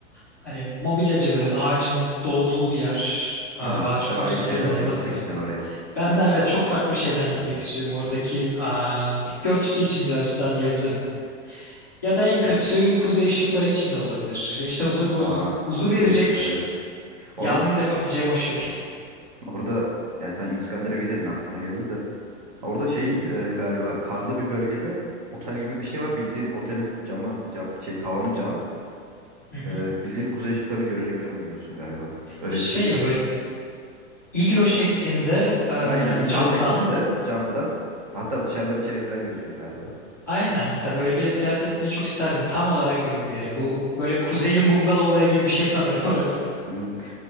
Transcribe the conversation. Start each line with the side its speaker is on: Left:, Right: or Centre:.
Left: hani mobilyacılığın, ağacın doğduğu bir yer, a-
Right: Ha,
Left: ağaç
Right: sen
Left: konusunda
Right: ayrı şeylerden
Left: inanılmaz
Right: gitmek
Left: iyi.
Right: istiyorsun oraya.
Left: Ben de evet çok farklı bir şeyden
Right: Hmm.
Left: gitmek istiyorum. Oradaki aa, bitki örtüsü için birazcık daha diyebilirim. Ya da en kötü kuzey ışıkları için de olabilir. İşte huzur buz-
Right: Aa
Left: huzur
Right: kuzey
Left: verecek
Right: ışıkları evet.
Left: yalnız
Right: Orada
Left: yapabileceğim o şey.
Right: orada yani sen İskandinavya'daydın aklıma geldi de. Orada şey
Left: <laughs> Hı hı,
Right: e, galiba karlı bir bölgede otel gibi bir şey var. Bildiğin otelin camı cam şey tavanı cam.
Left: hı hı.
Right: E, bildiğin kuzey ışıklarını görerek falan uyuyorsun galiba. Öyle
Left: Şey
Right: bir şey görmüştüm.
Left: mi böyle iglo şeklinde aa,
Right: Aynen iglo
Left: camdan.
Right: şeklinde camdan hatta dışarıdan içeri falan gözüküyor galiba.
Left: Aynen mesela böyle bir yere seyahat etmeyi çok isterdim. Tam olarak öyle bir yere. Bu böyle kuzeyin bungalovları gibi bir şey sanırım <laughs> orası.
Right: Hmm.